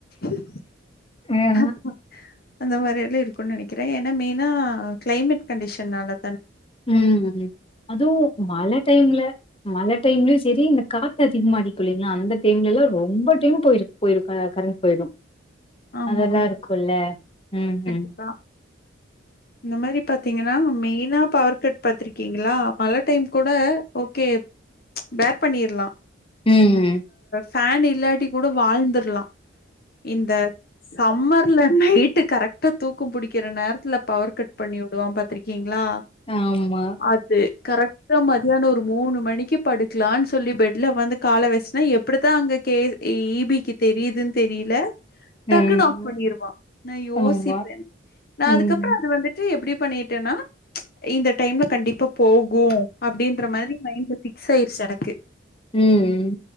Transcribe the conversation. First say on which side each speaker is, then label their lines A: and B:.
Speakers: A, on the left (about 50°); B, on the left (about 30°).
A: ம்ம்
B: ஆஹ
A: ஹஹ அந்த மாரி எல்லாம் இருக்கும்ன்னு நெனைக்கிறேன் ஏன்னா மெயினா கிளைமேட் கண்டிஷனால
B: ம்ம் அதுவும் மழ டைம்ல மழ இந்த டைம்லயும் சரி இந்த காத்த அதிகமாடிக்குள்ளீங்களா அந்த டைம்லல்லாம் ரொம்ப டைம் போயி போயிடும் கரண்ட் போயிடும்
A: ஆமா
B: அதெல்லாம்
A: ஆமா
B: இருக்குல்ல உம்
A: கண்டிப்பா
B: உம்
A: இந்த மாதிரி பாத்தீங்கன்னா மெயினா பவர் கட் பாத்திருக்கீங்களா மழை டைம் கூட ஓகே பேர் பண்ணிரலாம்
B: உம்ம்
A: பேன் இல்லாட்டி கூட வாழ்ந்தரலாம் இந்த சம்மர்ல நைட் கரண்ட் கரெக்டா தூக்கம் பிடிக்கிற நேரத்தில்ல பவர் கட் பண்ணிவுடுவான் பர்த்திருக்கீங் நா
B: ஆமா
A: அது கரெக்டா மதியானம் ஒரு மூணு மணிக்கு படுக்கலாம்னு சொல்லி பெட்ல வந்து கால வச்சனா எப்படித்தான் அங்க கே ஈபிக்கு தெரியுது தெரியல டக்குன்னு
B: ம்
A: ஆப் பண்ணிருவான் நான் யோசிப்பேன்
B: ஆமா
A: நான் அதுக் அதுக்கப்புறம்
B: ம்
A: அது வந்துட்டு எப்படிப் புக் பண்ணிட்டேன்னா இந்த டைம்ல கண்டிப்பா போகும் அப்படின்ற மாதிரி மைண்ட் பிக்ஸ் ஆயிச் செடக்கு
B: உம்